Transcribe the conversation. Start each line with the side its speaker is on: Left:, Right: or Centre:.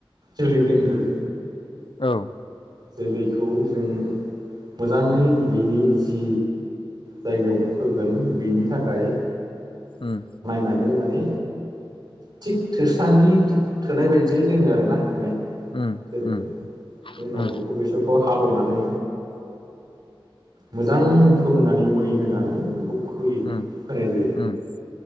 Right: जोलै दोनगोरो
Left: औ
Right: जोलैखौ जों मोजाङै बेनि जि जायगायाव फोगोन बेनि थाखाय
Left: उम
Right: होननानै माने थिग थोस्रान्दि थोनाय बायदियै दोनो आरो ना माने
Left: उम
Right: जोलैखौ
Left: उम
Right: बेनि उनाव
Left: उम उम
Right: बेखौ बेसरखौ हाल'नानै मोजां फोमोननानै मै होनानै बेखौ फोयो
Left: उम
Right: होनाय जायो
Left: उम